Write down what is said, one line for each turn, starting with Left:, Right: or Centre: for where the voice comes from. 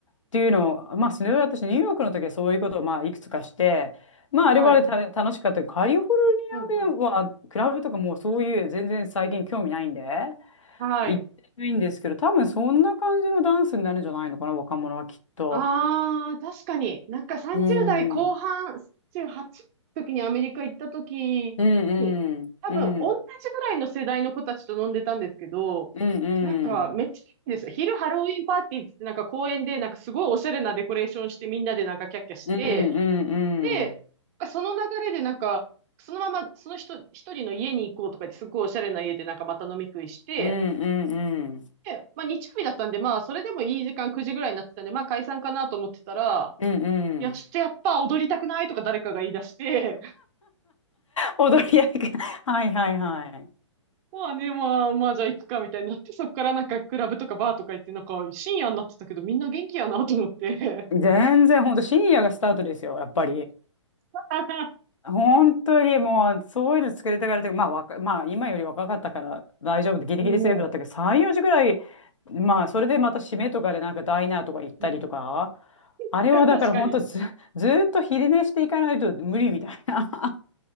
Left: っていうのを、まあ、それは私、ニューヨークの時はそういうことを、まあ、いくつかして、まあ、あれはあれでた楽しかったけど。
Right: はい。
Left: カリフォルニアでは、
Right: うん、うん。
Left: クラブとかもうそういう全然最近興味ないんで、
Right: はい。
Left: 行ってないんですけど、多分そんな感じのダンスになるんじゃないのかな、若者はきっと。
Right: ああ、確かに。なんか30代後半、
Left: うん。
Right: 18の時にアメリカ行った時に、
Left: うんうん。
Right: 多分同じぐらいの世代の子たちと飲んでたんですけど、
Left: うん。うんうん。
Right: なんかめっちゃいいんですよ。昼ハロウィンパーティーってなんか公園でなんかすごいおしゃれなデコレーションしてみんなでなんかキャッキャして、
Left: うんうん
Right: で、
Left: うん。
Right: その流れでなんか、そのままその人、一人の家に行こうとかってすごいおしゃれな家でなんかまた飲み食いして、
Left: うんうんうん。
Right: で、まあ日曜日だったんで、まあそれでもいい時間9時ぐらいになってたんで、まあ解散かなと思ってたら、
Left: うんうん。
Right: いや、ちょっとやっぱ踊りたくないとか誰かが言い出して、<laughs>
Left: 踊り合いが。<laughs> はいはいはい。
Right: まあね、まあ、まあじゃあ行くかみたいになって、そっからなんかクラブとかバーとか行って、なんか深夜になってたけどみんな元気やなと思って。
Left: 全然、ほんと深夜がスタートですよ、やっぱり。
Right: <laughs>
Left: 本当にもう、そういうの作れてからというか、まあ、わかまあ、今より若かったから大丈夫で、ギリギリセーフだったけど、
Right: も
Left: 3、4時ぐらい、まあ、それでまた締めとかでなんかダイナーとか行ったりとか、
Right: うん。うん
Left: あれはだから本当ず、
Right: <laughs> 確かに。
Left: ずーっと昼寝していかないと無理みたいな。<laughs>